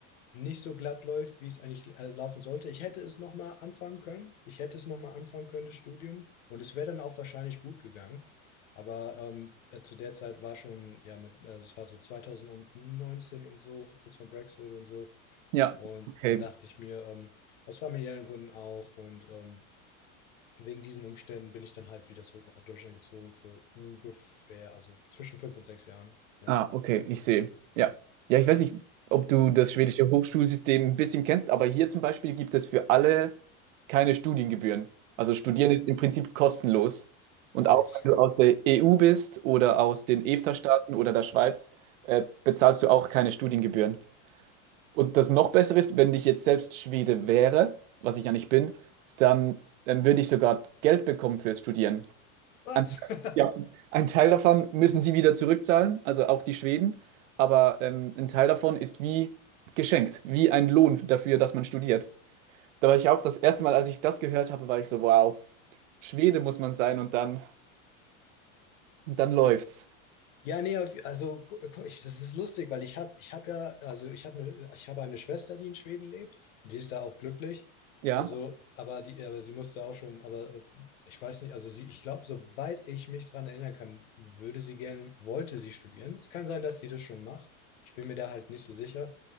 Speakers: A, on the left; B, on the right.
A: nicht so glatt läuft, wie es eigentlich äh, laufen sollte. Ich hätte es nochmal anfangen können. Ich hätte es nochmal anfangen können, das Studium. Und es wäre dann auch wahrscheinlich gut gegangen. Aber ähm, äh, zu der Zeit war schon, ja, mit, äh, es war so 2019 und so, kurz vor Brexit und so.
B: Ja,
A: Und
B: okay.
A: dann dachte ich mir, ähm, aus familiären Gründen auch und ähm, wegen diesen Umständen bin ich dann halt wieder zurück nach Deutschland gezogen für ungefähr, also zwischen fünf und sechs Jahren. Ja,
B: Ah, okay, ich sehe. Ja. Ja, ich weiß nicht, ob du das schwedische Hochschulsystem ein bisschen kennst, aber hier zum Beispiel gibt es für alle keine Studiengebühren. Also Studieren ist im Prinzip kostenlos. Und
A: nice.
B: auch wenn du aus der EU bist oder aus den EFTA-Staaten oder der Schweiz, äh, bezahlst du auch keine Studiengebühren. Und das noch Bessere ist, wenn ich jetzt selbst Schwede wäre, was ich ja nicht bin, dann, dann würde ich sogar Geld bekommen fürs Studieren.
A: Was?
B: Ein,
A: <laughs>
B: ja, ein Teil davon müssen sie wieder zurückzahlen, also auch die Schweden, aber ähm, ein Teil davon ist wie geschenkt, wie ein Lohn dafür, dass man studiert. Da war ich auch das erste Mal, als ich das gehört habe, war ich so, wow, Schwede muss man sein und dann, und dann läuft's.
A: Ja, nee, auf- also gu- gu- ich, das ist lustig, weil ich habe, ich habe ja, also ich habe eine, ich habe eine Schwester, die in Schweden lebt, die ist da auch glücklich.
B: Ja,
A: Also, aber die, aber sie musste auch schon, aber äh, ich weiß nicht, also sie, ich glaube, soweit ich mich dran erinnern kann, würde sie gern, wollte sie studieren. Es kann sein, dass sie das schon macht. Ich bin mir da halt nicht so sicher.